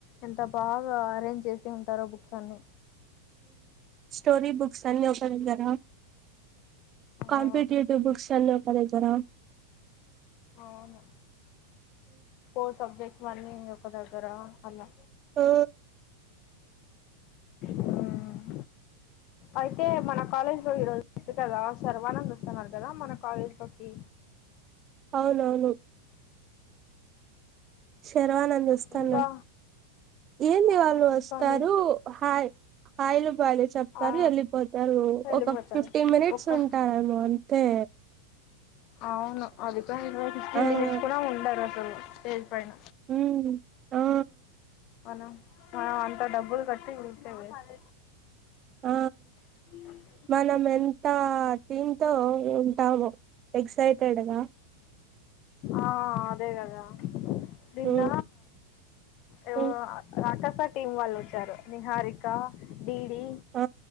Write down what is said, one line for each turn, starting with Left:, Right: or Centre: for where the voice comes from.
Left: ఎంత బాగా అరేంజ్ చేసి ఉంటారో బుక్స్ అన్ని.
Right: స్టోరీ బుక్స్ అన్ని ఒకదగ్గరా.
Left: ఆ
Right: కాంపిటీటివ్ బుక్స్ అన్నీ ఒకదగ్గరా.
Left: అవును ఫోర్ సబ్జెక్ట్స్ అన్నీ ఒక దగ్గర అలా.
Right: ఆ.
Left: మ్మ్ అయితే మన కాలేజ్ లో ఈరోజు ఉంది కదా శర్వానంద్ వస్తున్నారు కదా మన కాలేజ్ లోకి.
Right: అవునవును. శర్వానంద్ వస్తున్నారు
Left: ఇంకా
Right: ఏంది
Left: అవును
Right: వాళ్ళు వస్తారు
Left: ఇంకా నేను
Right: హాయ్. ఆయిలు. వాళ్ళు చెప్తారు
Left: ఆ,
Right: వెళ్ళిపోతారు
Left: వెళ్ళిపోతాను
Right: ఒక ఫిఫ్టీన్ మినిట్స్
Left: ఒక్క
Right: ఉంటారేమో అంతే.
Left: అవును అదిక ఫిఫ్టీన్
Right: ఆ
Left: మనిట్స్ కూడా ఉండారు అసలు స్టేజ్ పైన.
Right: హుమ్ ఆ
Left: మనం మనం అంత డబ్బులు కట్టి ఊరికే వేస్ట్.
Right: ఆ
Left: <inaudible>
Right: మనం ఎంత టీమ్తో ఉంటామో ఎక్సైటెడ్ గా.
Left: ఆ అదే గద. నిన్న
Right: ఉమ్
Left: ఏమో
Right: ఉమ్
Left: రాకాసి. రాకాసి టీం వాళ్లు వచ్చారు నీ హారిక డి డి.
Right: ఆ